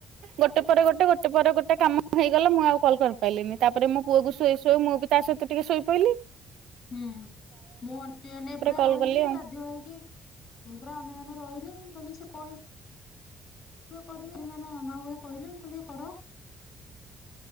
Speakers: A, on the right; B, on the left.
A: ଗୋଟେ ପରେ ଗୋଟେ ଗୋଟେ ପରେ ଗୋଟେ କାମ ହେଇଗଲା। ମୁଁ ଆଉ କଲ୍ କରିପାଇଲିିନି। ତା ପରେ ମୋ ପୁଅକୁ ଶୁଆଇ ଶୁଆଉ ମୁଁ ବି ତା ସହିତ ଟିକେ ଶୋଇ ପଇଲି।
B: ହୁଁ। ମୁଁ ଅନେଇ ଅନେଇ ପୁରା
A: କଲ୍
B: ରହିଲି,
A: କଲି ଆଉ
B: ବାଧ୍ୟ ହେଇକି ମୁଁ ପୁରା ଅନେଇ ଅନେଇ ରହିଲେ। ମୁଁ କହିଲି ସେ କହି କରିବେ <unintelligible> କହିଲେ ମୁ କହିଲି ଟିକେ କର।